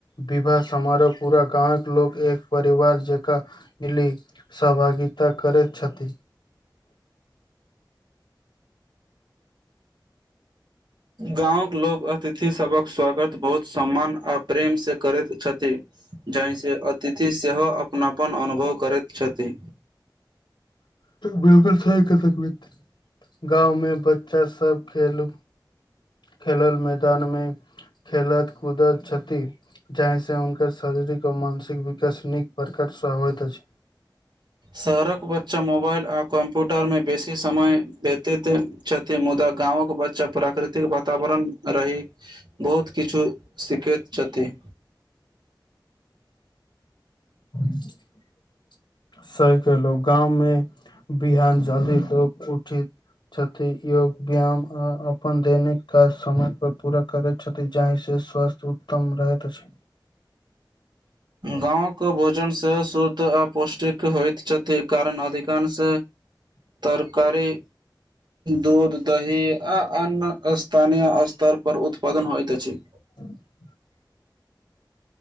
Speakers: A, on the left; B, on the right.
A: विवाह समारोह पूरा गाँवक लोक एक परिवार जकाँ मिली सहभागी गीता करैत छथि
B: गाँंवक लोक अतिथि सभक स्वागत बहुत सम्मान आ प्रेम से करैत छथि जाहिसँ तिथि सेहो अपनापन अनुभव करैत छथि
A: बिल्कुल सही कहलौं मित्र गाँवमे बच्चा सब खेलु खेलल मैदानमे खेलत कूदत छथि जाहिसँ हुनकर शारीरिक आ मानसिक विकास नीक प्रकार सँ होइत अछि
B: शहरक बच्चा मोबाइल आ कम्प्यूटरमे बेसी समय देतैत छथि मुदा गामवके बच्चा प्राकृतिक वातावरण रहि बहुत किछु सिखैत छथि।
A: ह <unintelligible> सहके लोक गाँवमे बिहान जल्दी लोक उठि छथि योग व्यायाम आ अपन दैनिक काज समय पर पूरा करैत छथि जहि से स्वास्थ्य उत्तम रहैत अछि
B: गांव कऽ भोजन सेहो शुद्ध आ पौष्टिक होइत छथि कारण अधिकांश तरकारी दूध दही आ अन्न स्थानीय स्तर पर उत्पादन होइत अछि
A: ह <unintelligible>